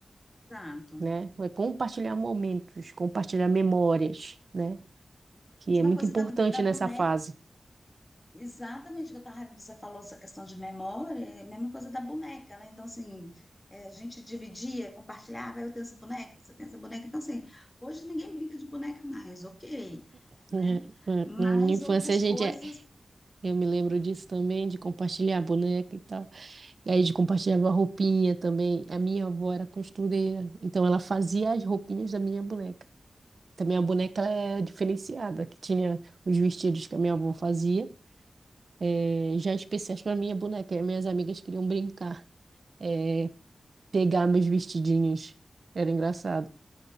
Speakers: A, on the left; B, on the right.
A: exato.
B: né? é compartilhar momentos, compartilhar memórias, né?
A: É
B: Que
A: A mesma
B: é muito
A: coisa
B: importante
A: da, da boneca
B: nessa fase.
A: Exatamente o que eu tava, você falou essa questão de memória, é a mesma coisa da boneca, né? Então, assim, é, a gente dividia, compartilhava, "Ah, eu tenho essa boneca, você tem essa boneca. Então, assim, hoje ninguém brinca de boneca mais, ok,
B: <laughs>
A: né?
B: Na
A: Mas
B: na infância
A: outras
B: a gente
A: coisas,
B: é Eu me lembro disso também, de compartilhar boneca e tal. E aí, de compartilhava roupinha também. A minha avó era costureira, então ela fazia as roupinhas da minha boneca. Também a boneca ela é diferenciada, que tinha os vestidos que a minha avó fazia, eh, já especiais para minha boneca. E as minhas amigas queriam brincar, eh, pegar meus vestidinhos. Era engraçado.